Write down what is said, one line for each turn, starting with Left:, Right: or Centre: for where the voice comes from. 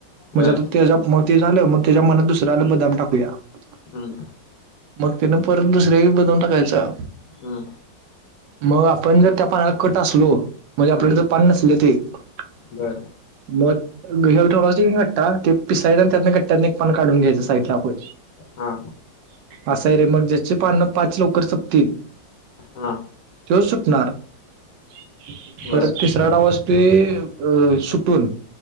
Right: म्हणजे
Left: बर
Right: आता त्याच्या म ते झालं, मग त्याच्या मनात दुसरं आलं बदाम टाकूया
Left: हम्म
Right: <inaudible> मग तेन परत दुसऱ्या येळी बदाम टाकायचा.
Left: हम्म.
Right: मग आपण जर, त्या पानाला कट असलो, म्हणजे आपल्याला
Left: हम्म
Right: जर पान नसले ते <inaudible> <unintelligible>
Left: बर
Right: पिसायचं, आणि त्यातन कट्ट्यात एक पान काढून घ्यायचं साईडला आपलं.
Left: हा.
Right: असंय रे. मग ज्याचे पान पाच लवकर सपतील
Left: हा.
Right: त्यो सुटणार. <inaudible>
Left: बर
Right: परत <unintelligible> वाजते अ सुटून